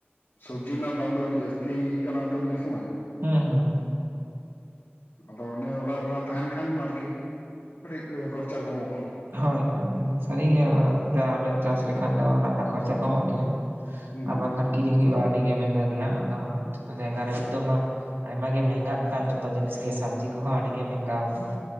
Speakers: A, on the left; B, on the right.
A: ᱥᱚᱵᱡᱤ ᱨᱮᱱᱟᱜ ᱫᱟᱢ ᱫᱚ ᱟᱹᱰᱤ ᱡᱟᱹᱥᱛᱤ ᱠᱟᱱᱟ ᱛᱚ ᱱᱤᱭᱟᱹ ᱥᱚᱢᱚᱭ
B: ᱦᱩᱸ ᱦᱩᱸ
A: ᱟᱫᱚ ᱚᱱᱮ ᱚᱲᱟᱜ ᱨᱮ ᱦᱟᱸᱜ ᱛᱟᱦᱮᱱ ᱠᱷᱟᱱ ᱟᱨᱠᱤ ᱠᱟᱹᱴᱤᱡ ᱠᱷᱚᱨᱪᱟ ᱠᱚᱢᱚᱜᱼᱟ
B: ᱦᱳᱭ ᱦᱳᱭ ᱥᱟᱹᱨᱤ ᱜᱮ ᱟᱫᱚ ᱦᱟᱸᱜ ᱡᱟ ᱩᱰᱟᱹᱝ ᱪᱟᱥ ᱞᱮᱠᱷᱟᱱ ᱫᱚ ᱚᱲᱟᱜ ᱨᱮᱦᱚᱸ ᱠᱷᱚᱨᱪᱟ ᱠᱚᱢᱚᱜ ᱜᱮᱭᱟ
A: ᱦᱩᱸ
B: ᱟᱨ ᱵᱟᱝᱠᱷᱟᱱ ᱠᱤᱨᱤᱧ ᱦᱩᱭᱩᱜᱼᱟ ᱟᱹᱰᱤᱜᱮ ᱢᱮᱝᱜᱟ ᱜᱮᱭᱟ ᱟᱫᱚ ᱡᱚᱛᱚ ᱡᱟᱭᱜᱟ ᱨᱮ ᱱᱤᱛᱚᱜ ᱢᱟ ᱟᱭᱢᱟ ᱜᱮ ᱢᱮᱦᱮᱝᱜᱟ ᱠᱟᱱ ᱡᱚᱛᱚ ᱡᱤᱱᱤᱥ ᱜᱮ ᱥᱚᱵᱽᱡᱤ ᱠᱚᱦᱚᱸ ᱟᱹᱰᱤ ᱜᱮ ᱢᱮᱝᱜᱟᱣ ᱠᱟᱱᱟ